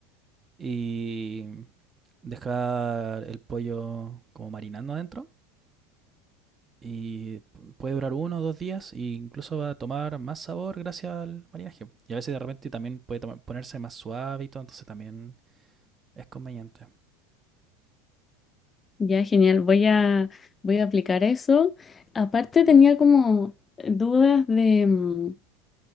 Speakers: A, on the right; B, on the left.
A: y dejar el pollo como marinando adentro. y puede durar uno o dos días e incluso va a tomar más sabor gracias al marinaje. Y a veces de repente también puede tomar- ponerse más suave y todo, entonces también es conveniente.
B: Ya, genial. Voy a, voy a aplicar eso. Aparte tenía como dudas de mm,